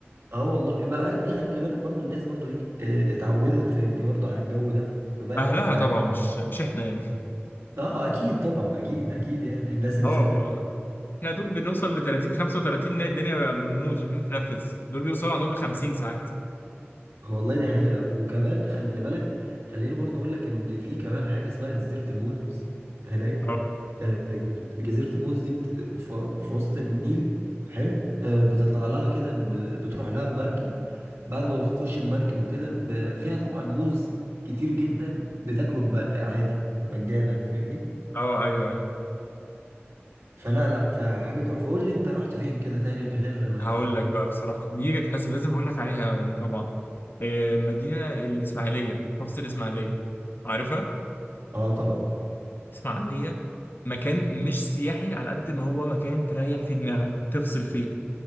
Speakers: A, on the right (about 80°); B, on the left (about 50°).
A: اه والله بقى انت خلي بالك برضو الناس برضو ايه اه، اتعودت فاهمني برضو على الجو ده فبقت
B: اهلها
A: ع-
B: طبعا مش مش احنا يعني
A: اه اكيد طبعا اكيد اكيد يعني الناس اللي
B: اه
A: ساكنة
B: اه.
A: فيه
B: احنا يا دوب بنوصل ل 30 35 نلاقي الدنيا بنموت مش عارفين نتنفس دول بيوصلوا عندهم ل 50 ساعات
A: والله دي حقيقة وكمان خلي بالك خليني برضه أقول لك إن في كمان حاجة اسمها جزيرة الموز هناك
B: اه
A: آه، جزيرة الموز دي بت- ف- في وسط النيل حلو آه، بتطلع لها كده ب- بتروح لها بمركب بعد ما بتخش المركب وكده ب- فيها طبعا موز كتير جدا بتاكله ب- عادي مجانا فاهمني
B: اه ايوه ايوه
A: فلا لا فحاجة تحفة قول لي أنت رحت فين كده تاني غير الغردقة
B: هقول لك بقى بصراحه كنت- دي كنت لازم لازم اقول لك عليها يعني طبعا آه، مدينه الاسماعيليه محافظه الاسماعيليه عارفها؟
A: اه طبعا
B: اسماعيليه مكان مش سياحي على قد ما هو مكان تريح فيه دماغك تفصل فيه